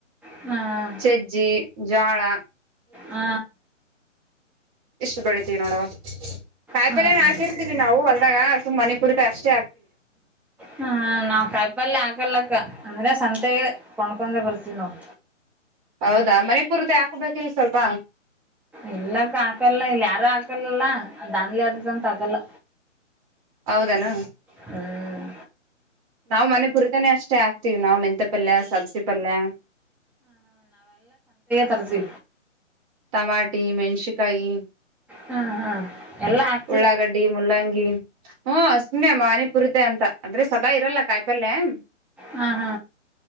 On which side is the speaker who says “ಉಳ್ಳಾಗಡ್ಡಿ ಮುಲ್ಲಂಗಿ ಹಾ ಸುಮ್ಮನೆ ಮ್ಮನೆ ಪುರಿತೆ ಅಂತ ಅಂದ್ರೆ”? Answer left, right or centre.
Right